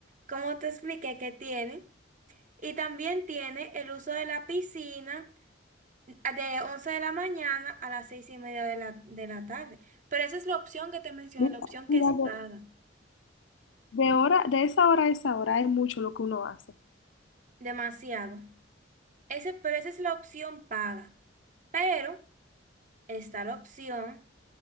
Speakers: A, on the right; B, on the left.
A: como te expliqué que tiene. Y también tiene el uso de la piscina ah, de 11 de la mañana a las 6 y media de la, de la tarde. Pero esa es la opción que te mencioné,
B: Mira,
A: la opción que
B: mira,
A: es paga.
B: de, de hora, de esa hora a esa hora hay mucho lo que uno hace.
A: Demasiado. Ese, pero esa es la opción paga. Pero está la opción